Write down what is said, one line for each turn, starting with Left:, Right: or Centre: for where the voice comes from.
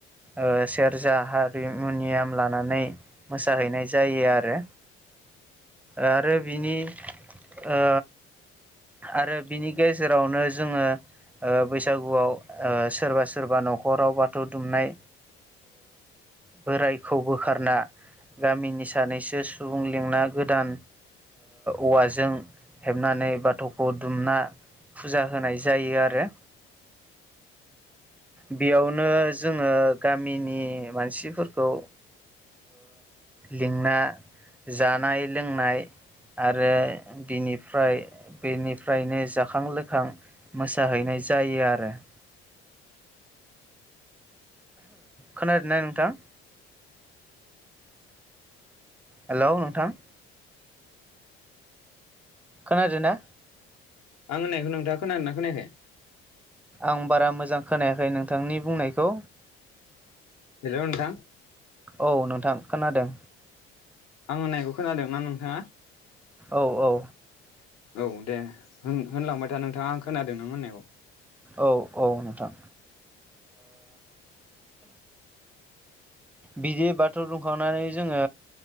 Centre: ओ सेरजा हारिमुनियाम लानानै मोसाहैनाय जायो आरो आरो बिनि ओ आरो बिनि गेजेरावनो जोङो बैसागुआव सोरबा सोरबा न'खराव बाथौ दुमनाय बोरायखौ बोखारना गामिनि सानैसो सुबुं लिंना गोदान औवाजों हेबनानै बाथौ गुदिखौ दुमना फुजा होनाय जायो आरो बेयावनो जोङो गामिनि मानसिफोरखौ लिंना जानाय लोंनाय आरो बिनिफ्राय बेनिफ्रायनो जाखां लोखां मोसाहैनाय जायो आरो <inaudible> खोनादोंनाय नोंथां हेल' नोंथां खोनादों ना
Left: आं होननायखौ नोंथाङा खोनादोंना खोनायाखै
Centre: आं बारा मोजां खोनायाखै नोंथांनि बुंनायखौ
Left: हेल' नोंथां
Centre: औ नोंथां खोनादों
Left: आं होननायखौ खोनादों ना नोंथाङा
Centre: औ औ
Left: औ दे होनलांबाय दा नोंथाङा आं खोनादों नों होननायखौ
Centre: औ औ नोंथां बिदि बाथौ दुमखांनानै जोङो